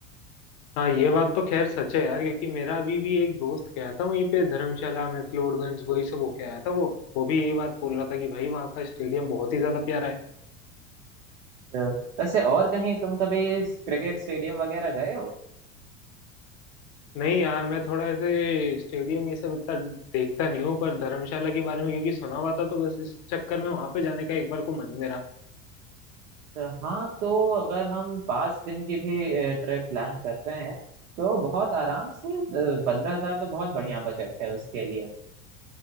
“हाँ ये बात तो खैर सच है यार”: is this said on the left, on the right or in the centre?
Left